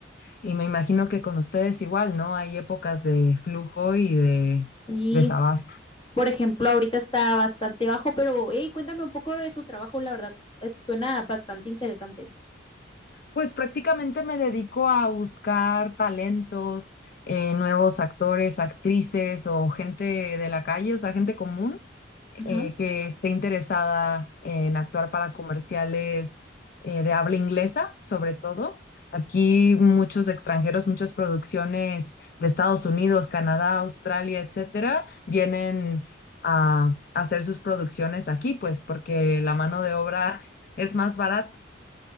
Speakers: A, on the left (about 45°); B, on the left (about 25°).
A: y me imagino que con ustedes igual, ¿no? Hay épocas de flujo y de
B: Y
A: desabasto.
B: por ejemplo, ahorita está bastante bajo, pero hey, cuéntame un poco de tu trabajo, la verdad, es- suena bastante interesante.
A: Pues prácticamente me dedico a buscar talentos, eh, nuevos actores, actrices o gente de la calle, o sea, gente común eh,
B: Ajá.
A: que esté interesada en actuar para comerciales eh, de habla inglesa, sobre todo. Aquí muchos extranjeros, muchas producciones de Estados Unidos, Canadá, Australia, etcétera, vienen a hacer sus producciones aquí, pues porque la mano de obra es más barata